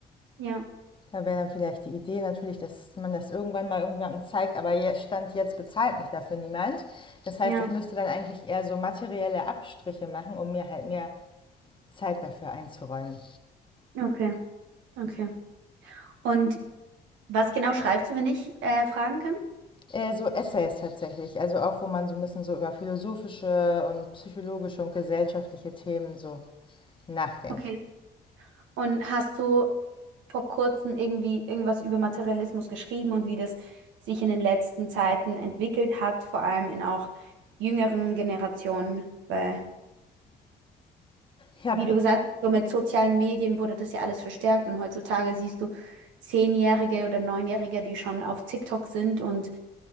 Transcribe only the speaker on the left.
Da wäre dann vielleicht die Idee natürlich, dass man das irgendwann mal irgendjemandem zeigt, aber jetzt stand jetzt bezahlt mich dafür niemand. Das heißt,
ich müsste dann eigentlich eher so materielle Abstriche machen, um mir halt mehr Zeit dafür einzuräumen.
Äh, so Essays tatsächlich, also auch wo man so ein bisschen so über philosophische und psychologische und gesellschaftliche Themen so nachdenkt.
Ich habe,